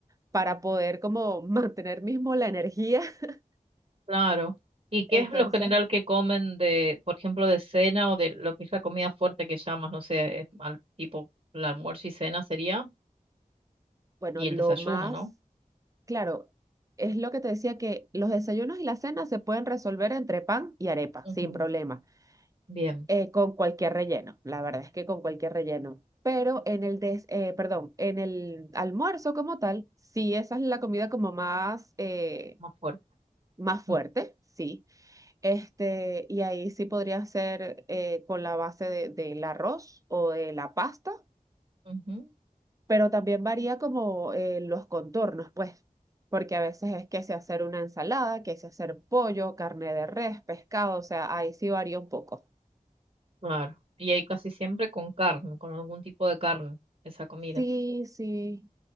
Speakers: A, on the right (about 25°); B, on the right (about 50°).
A: para poder como <laughs> mantener mismo la energía. <laughs>
B: Claro. ¿Y qué
A: Entonces,
B: es lo general que comen de, por ejemplo, de cena o de lo que es la comida fuerte que llamas? No sé, eh, al, tipo el almuerzo y cena sería,
A: bueno,
B: y
A: lo
B: el desayuno,
A: más,
B: ¿no?
A: claro, es lo que te decía que los desayunos y la cena se pueden resolver entre pan y arepa,
B: Ujú.
A: sin problema,
B: Bien,
A: eh, con cualquier relleno, la verdad es que con cualquier relleno. Pero en el des, eh, perdón, en el almuerzo como tal, sí, esa es la comida como más, eh,
B: más fuerte.
A: más fuerte,
B: Mm,
A: sí Este, y ahí sí podría ser eh, con la base de- del arroz o de la pasta,
B: Ujú.
A: pero también varía como eh, los contornos, pues, porque a veces es que se hacer una ensalada, que se hacer pollo, carne de res, pescado, o sea, ahí sí varía un poco.
B: Claro. Y ahí casi siempre con carne, con algún tipo de carne, esa comida.
A: Sí, sí.